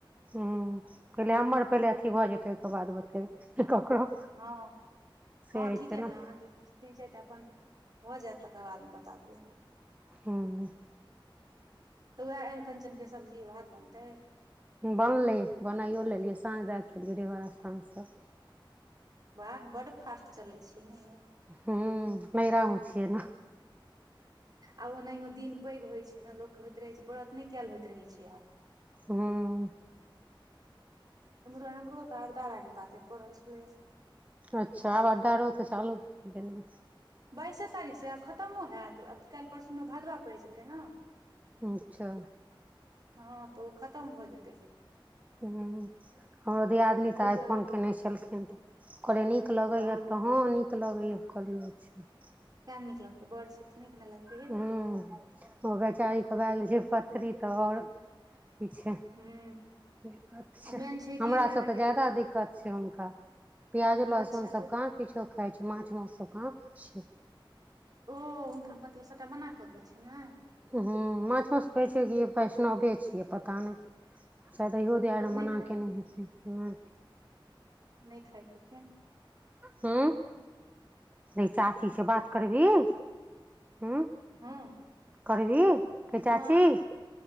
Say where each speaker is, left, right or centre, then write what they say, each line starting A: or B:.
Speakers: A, on the right (about 15°); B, on the right (about 45°).
A: हुं पहिले हमर पहिले अथी भऽ जेतै ओहिके बाद बतेबै ककरो
B: हँ हँ
A: से
B: हं
A: होइ
B: ठीकेमे
A: छै ने
B: अहाँके तीन चारि टा अपन भऽ जायत तकर बादमे बता देबै
A: हँ
B: तऽ उएह अरिकंचनके सब्जी भात बनतै
A: बनलै बनाइओ लेलियै साँझ दए कअ एलियै डिहबार स्थानसँ
B: वाह बड्ड फास्ट चलै छियै ने यै
A: हू नैहरामे छियै ने
B: आ ओनाहियओ दिन पैघ होइत छै ने लोककेँ होइत रहै छै व्रत नहि कयल होइत रहै छै आब
A: हँ
B: एमहरो एमहरो तऽ अरदार पातरि पड़ल छलैए
A: अच्छा आब अधारो तऽ चालू भ
B: बाइसे तारीखसँ आब खतमो हयैत आब तऽ काल्हि परसूमे भदवा पड़ि जेतै ने
A: अच्छा
B: हँ तऽ ओ खतम भऽ जेतै
A: ह हमरो दियादिननी
B: ताहि
A: तऽ आइ
B: दुआरे
A: फोन कयने छलखिन हम कहलिए नीक लगैए
B: वाह
A: तँ नीक लगैए कहलियौ अच्छा
B: किया नै नीक लागतै बड़ छै तऽ नीक नहि लगतै यै
A: ह ओ बेैचारीके भए गेल छै पथरी तऽ आओर ठीक छै
B: हूँ
A: दिक्कत छै
B: आ मेन
A: हमरा
B: कि जे अहाँके
A: सभके तऽ ज्यादा
B: ओतऽ
A: दिक्कत छै हुनका प्याज लहसुनसभ
B: अच्छा बे
A: कहाँ किछो खाइ छै माछ माउससभ कहाँ खाइ छै
B: ओ हुनका मतलब सबटा मना कऽ देने छै ने
A: ह माछ माउस कहै छैै कि वैष्णवे छियै पता नहि शायद इहो दुआरे
B: ओ नहि
A: मना
B: खाइत
A: कयने
B: हेथिन
A: हेतै नहि
B: नहि खाइत छथिन
A: हूँ रै चाची से बात करबीही हूँ
B: हँ
A: करबी कहै चाची
B: माँ